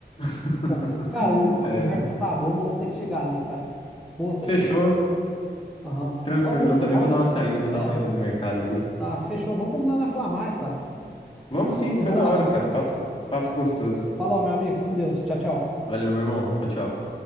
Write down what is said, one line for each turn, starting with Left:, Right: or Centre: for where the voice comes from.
Left: <laughs>
Centre: <laughs> Cara, o- a conversa
Left: É,
Centre: tá boa, mas eu vou ter que chegar ali, cara. Esposa tá
Left: fechou.
Centre: chamando. Aham.
Left: Tranquilo,
Centre: Vamos,
Left: eu também
Centre: vamos.
Left: vou dar uma saída, vou
Centre: É,
Left: dar uma ida no mercado ali.
Centre: tá, fechou. Vamos combinar não falar mais, cara.
Left: Vamos
Centre: É,
Left: sim,
Centre: foi
Left: foi
Centre: bom
Left: da
Centre: o
Left: hora,
Centre: assunto.
Left: cara. Papo, papo gostoso.
Centre: Falou, meu amigo. Com Deus. Tchau, tchau.
Left: Valeu, meu irmão. Tchau, tchau.